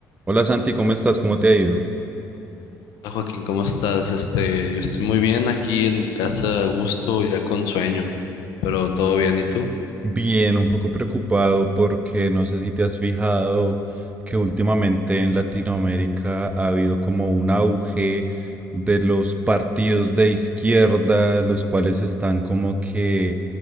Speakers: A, on the right; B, on the left.
A: Hola Santi, ¿cómo estás? ¿Cómo te ha ido?
B: Hola, Joaquín, ¿cómo estás? Este, yo estoy muy bien aquí en mi casa, a gusto, ya con sueño, pero todo bien, ¿y tú?
A: Bien, un poco preocupado porque no sé si te has fijado que últimamente en Latinoamérica ha habido como un auge de los partidos de izquierda, los cuales están como que